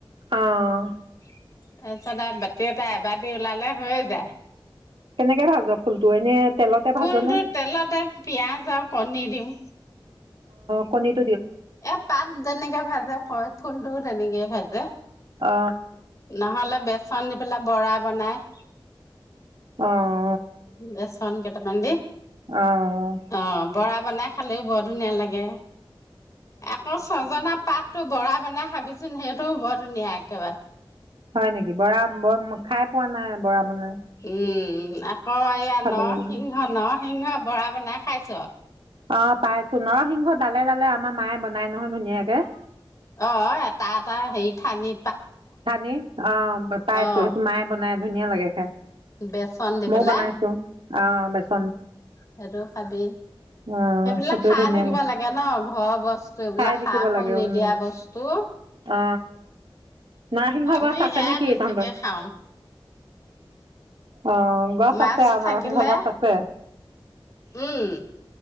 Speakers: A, on the right (about 75°); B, on the left (about 40°).
A: অ'।
B: <unintelligible> তাৰ পিছত আৰু বাতি এটা এবাটি ওলালে হৈয় যায়।
A: কেনেকৈ ভাজ ফুলটো এনেই তেলতে
B: ফুলটো
A: ভাজনে
B: তেলতে পিয়াজ আৰু কণী দিওঁ।
A: কণী
B: এ পাত যেনেকে ভাজে ক ফুল টো তেনেকেই ভাজে
A: অ
B: নহ'লে বেচন দি পেলাই বৰা বনাই
A: অ
B: বেচন কেইটামান দি
A: অঁ
B: অ বৰা বনাই খালেও বৰ ধুনীয়া লাগে আকৌ ছজনা পাত টো বৰা বনাই খাবিচোন সেইটোও বৰ ধুনীয়া একেবাৰে
A: হয় নেকি বৰা খাই পোৱা নাই বৰা বনাই
B: উম উম আকৌ এয়া
A: খাব
B: নৰসিংহ
A: লাগিব
B: নৰ সিংহ বৰা বনাই খাইছ
A: অ পাইছো নৰসিংহ ডালে ডালে আমাৰ মায়ে বনাই নহয় ধুনীয়াকে
B: অ এটা এটা হেৰি থালি
A: থানি অ পাইছো
B: অ
A: সেটো মায়ে বনাই ধুনীয়া ধুনীয়া লাগে খাই
B: বেচন দি
A: মইও
B: বেলা
A: বনাইছো অ বেচ
B: সেইটো খাবি
A: অ
B: সেইবিলাক
A: সেইটো
B: খাই
A: ধুনীয়া
B: থাকিব লাগে ন ঘৰৰ বস্তু এইবিলাক
A: খাই থাকিব
B: সাৰো
A: লাগে
B: নিদিয়া
A: উম
B: বস্তু
A: অ নৰসিংহ
B: আমি
A: গছ আছে
B: সেয়া
A: নেকি
B: বেছিকে
A: তহতৰ
B: খাওঁ
A: আহ গছ
B: মাছ
A: আছে আৰু
B: থাকিলে
A: নৰসিংহ গছ আছে
B: উম।